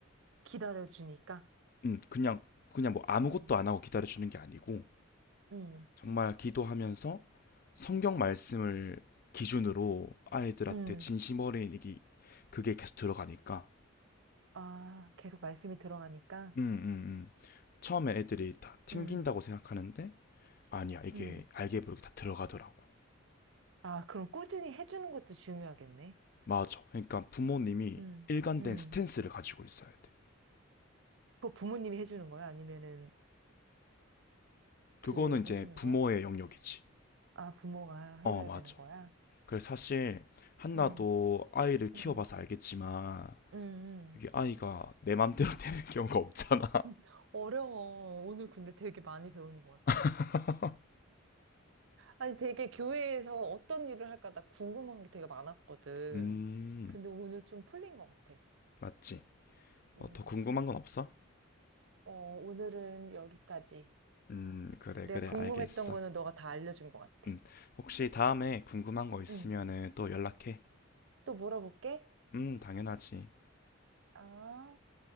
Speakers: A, on the right; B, on the left.
A: 기다려주니까.
B: 음, 그냥 그냥 뭐 아무것도
A: 어,
B: 안 하고 기다려 주는 게 아니고
A: 음,
B: 정말 기도하면서 성경 말씀을 기준으로 아이들한테
A: 음.
B: 진심 어린이기 그게 계속 들어가니까
A: 아, 계속 말씀이 들어가니까.
B: 음, 음, 음. 처음에 애들이 다 튕긴다고
A: 음,
B: 생각하는데 아니야 이게
A: 음.
B: 알게 모르게 다 들어가더라고
A: 아, 그럼 꾸준히 해주는 것도 중요하겠네.
B: 맞아 그러니까 부모님이
A: 음,
B: 일관된
A: 음.
B: 스탠스를 가지고 있어야 돼
A: 그거 부모님이 해주는 거야? 아니면은
B: 그거는
A: 교회에서
B: 이제
A: 해주는
B: 부모의
A: 거야?
B: 영역이지
A: 아, 부모가 해줘야
B: 어 맞아
A: 되는 거야?
B: 그래서 사실 한나도
A: 음,
B: 아이를 키워봐서
A: 음,
B: 알겠지만
A: 음,
B: 이게
A: 음.
B: 아이가 내 맘대로 <laughs> 되는 경우가 없잖아
A: <laughs> 어려워. 오늘 근데 되게 많이 배우는 것 같아.
B: <laughs>
A: 아니, 되게 교회에서 어떤 일을 할까 나 궁금한 게 되게 많았거든.
B: 음
A: 근데 오늘 좀 풀린 것 같아.
B: 맞지
A: 음.
B: 뭐 더 궁금한 건 없어?
A: 어, 오늘은 여기까지.
B: 음, 그래,
A: 내가
B: 그래,
A: 궁금했던
B: 알겠어.
A: 거는 너가 다 알려준 것 같아.
B: 음, 혹시 다음에 궁금한 거 있으면은
A: 응.
B: 또 연락해.
A: 또 물어볼게.
B: 음, 당연하지.
A: 아.